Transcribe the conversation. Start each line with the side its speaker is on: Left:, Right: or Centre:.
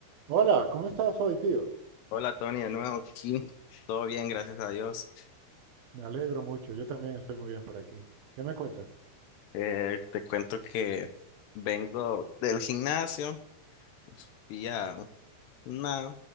Right: Hola, ¿cómo estás hoy, tío?
Left: Hola Tony, de nuevo aquí. Todo bien, gracias a Dios.
Right: Me alegro mucho, yo también estoy muy bien por aquí. ¿Qué me cuentas?
Left: Eh, te cuento que vengo del gimnasio, fui a una,